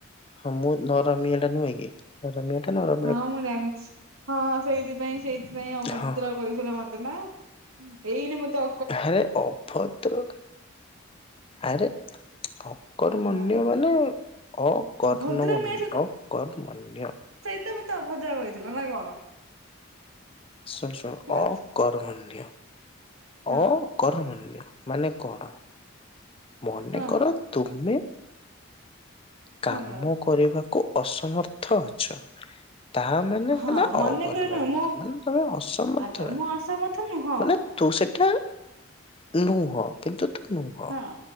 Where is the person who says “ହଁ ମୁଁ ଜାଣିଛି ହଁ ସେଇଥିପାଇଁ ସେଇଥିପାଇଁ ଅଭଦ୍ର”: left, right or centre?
Right